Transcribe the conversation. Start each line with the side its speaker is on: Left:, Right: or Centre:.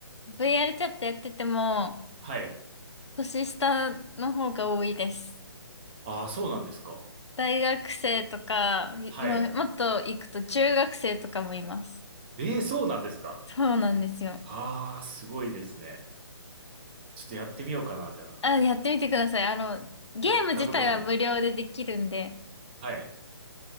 Left: VR チャットやってても、
Right: はい。
Left: 年下の方が多いです。
Right: ああ、そうなんですか。
Left: 大学生とか、いもう、
Right: はい。
Left: もっと行くと中学生とかもいます。
Right: ええ、そうなんですか。
Left: そうなんですよ。
Right: ああ、すごいですね。ちょっとやってみようかな、じゃあ。
Left: あ、やってみてください。あの、ゲーム自体は無料でできるんで、
Right: やったことがない。はい。